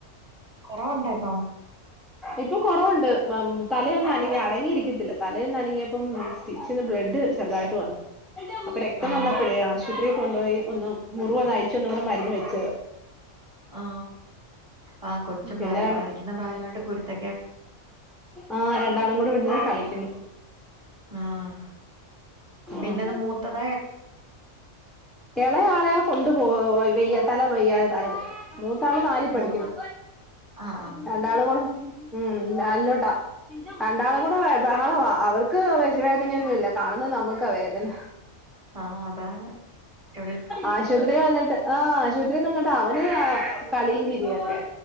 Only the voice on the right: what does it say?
കൊറവുണ്ടോ ഇപ്പം
ആഹ്
ആ ആ കൊച്ചു പ്രായല്ലേ
കളിക്കുന്ന പ്രായായോണ്ട് കുരുത്ത
ആഹ് പിന്നെത്
മൂത്തതാ എ
മൂത്ത് ആഹ് ആഹ്
ആഹ് ആഹ് അതാണ് എവിടെ